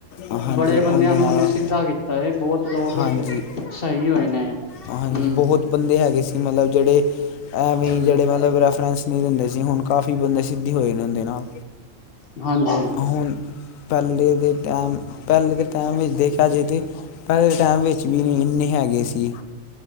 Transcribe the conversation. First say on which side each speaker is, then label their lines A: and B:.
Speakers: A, on the left (about 85°); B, on the left (about 50°).
A: ਹਾਂਜੀ
B: ਬੜੇ ਬੰਦਿਆਂ
A: ਉਹਦੇ
B: ਨੂੰ
A: ਨਾਲ
B: ਓਨੇ ਸਿੱਧਾ ਕੀਤਾ ਬੌਤ ਲੋਗ
A: ਹਾਂਜੀ
B: ਸਈ ਹੋਏ ਨੇ।
A: ਹਾਂਜੀ
B: ਹੂੰ
A: ਬਹੁਤ ਬੰਦੇ ਹੈਗੇ ਸੀ ਮਤਲਬ ਜੇੜੇ ਐਵੇਂ ਈ
B: ਹੂੰ
A: ਜੇੜੇ ਮਤਲਬ ਰੈਫਰੈਂਸ ਨਈ ਦਿੰਦੇ ਸੀ ਹੁਣ ਕਾਫੀ ਬੰਦੇ ਸਿੱਧੇ ਹੋਏ ਨੇ ਏਨਦੇ ਨਾਲ
B: ਹਾਂਜੀ
A: ਹੁਣ ਪੈਲੇ ਦੇ ਟੈਮ ਪੈਲੇ ਦੇ ਟੈਮ ਵਿੱਚ ਦੇਖਿਆ ਜੇ ਤੇ ਪੈਲੇ ਦੇ ਟੈਮ ਵਿੱਚ ਵੀ ਨਈ ਇੰਨੇ ਹੈਗੇ ਸੀ।